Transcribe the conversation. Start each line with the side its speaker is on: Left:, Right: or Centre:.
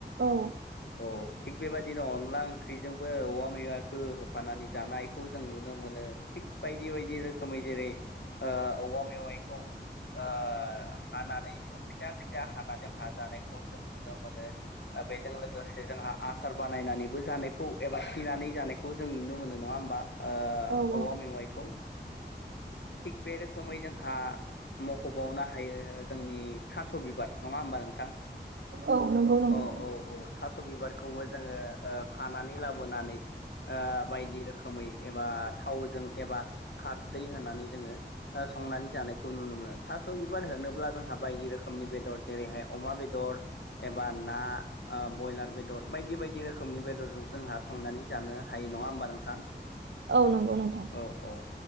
Right: औ
Left: औ थिग बेबायाददिनो अनला ओंख्रिजोंबो औवा मैवाखौ होफानानै जानायखौ जों नुनो मोनो थिग बायदि बायदि रोखोमै जेरै औवा मेवाइखौ ओ हानानै फिसा फिसा हानानै जों हा जानायखौ जों नुनो मोनो बेजों लोगोसे जोंहा आसार बानायनानैबो जानायखौ एबा थिनानै जानायखौ जों नुनो मोनो नङा होमबा ओ
Right: औ
Left: औवा
Right: औ
Left: मेवाइखौ थिग बे रोखोमै जोंहा मख'बावनो हायो जोंनि थास बिबार नङा होमबा नोंथां
Right: औ नंगौ नोंथां
Left: अ औ औ थास' बिबारखौबो जोङो खानानै लाबोनानै ओ बायदि रोखोमै एबा थावजों एबा खार दै होनानै जोङो संनानै जानायखौ नुनो मोनो थास बिबार होनोब्ला जोंहा बायदि रोखोमनि बेदर जेरैहाय अमा बेदर एबा ना ब्रयलार बेदर बायदि बायदि रोखोमनि बेदरजों जोंहा संनानै जानो हायो नङा होमबा नोंथां
Right: औ नंगौ नोंथां
Left: औ औ